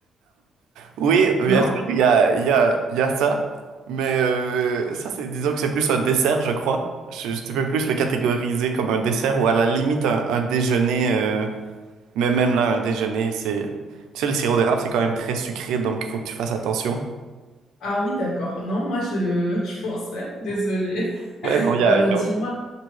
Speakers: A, on the right; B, on the left.
A: Oui, bien
B: Non?
A: sûr, il y a, il y a, il y a ça, mais euh, ça, c'est, disons que c'est plus un dessert, je crois. Je, je peux plus le catégoriser comme un dessert ou à la limite un, un déjeuner euh, Mais même là, un déjeuner, c'est... Tu sais, le sirop d'érable, c'est quand même très sucré, donc il faut que tu fasses attention.
B: Ah oui, d'accord. Non, moi, je, <laughs> je pensais. Désolée.
A: Ouais,
B: <laughs>
A: non, il
B: Bah
A: y a...
B: alors,
A: il y
B: dis-moi.
A: a-